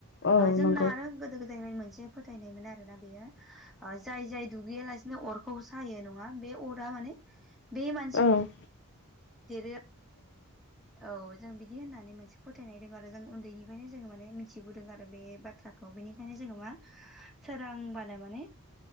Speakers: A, on the left; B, in the centre.
A: औ
B: जोंना
A: नंगौ
B: आरो गोदो गोदायनिफ्राय मोनसे। फोथायनायमोन आरोना बेयो जाय जाय दुगैया लासिनो अरखौ। सायो नङा बे अरा माने बे माने
A: औ।
B: देरै <inaudible> औ जों बिदि होननानै मोनसे फोथायनाय दं आरो जों उन्दैनिफ्रायनो जोङो माने मिथिबोदों आरो बे बाथ्राखौ। बिनिखायनो जोङो मा सोरांबानो माने।